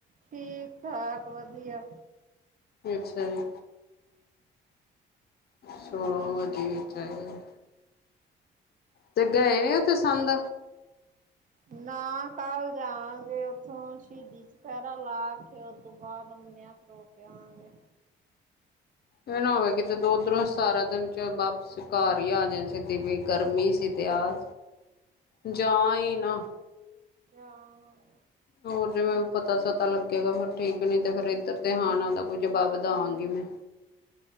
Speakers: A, on the right; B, on the left.
A: ਠੀਕ- ਠਾਕ ਵਧੀਆ।
B: ਅੱਛਾ ਜੀ, ਚਲੋ ਵਧੀਆ ਚਾਹੀ। ਤੇ ਗਏ ਨੀ ਉਹਥੇ ਸੰਦ।
A: ਨਾ ਕੱਲ ਜਾਵਾਂਗੇ ਉੱਥੋਂ, ਸ਼ਹੀਦੀ ਚੁਪਹਿਰਾ ਲਾ ਕੇ ਉਸਤੋ ਬਾਅਦ ਆਉਂਦੇ ਹਾਂ। ਹੋ ਕੇ ਆਵਾਂਗੇ।
B: ਇਹ ਨਾ ਹੋਵੇ ਕਿਤੇ ਦੋ ਉੱਧਰੋਂ ਸਾਰਾ ਦਿਨ ਚ ਵਾਪ ਕੇ ਘਰ ਹੀ ਆ ਜਾ ਸਿੱਧ ਵੀ ਗਰਮੀ ਸੀ ਤਾ, ਜਾ ਹੀ ਨਾ।
A: ਆ <unintelligible>
B: ਹੋਰ ਜੇ ਮੈ ਪਤਾ ਸਤਾ ਲੱਗੇਗਾ ਫਿਰ ਠੀਕ ਨੀ ਤੇ ਫਿਰ ਇੱਧਰ ਤੇ ਹ ਨਾ ਦਾ ਕੋਈ ਜਵਾਬ ਦਾਗੀ ਮੈਂ।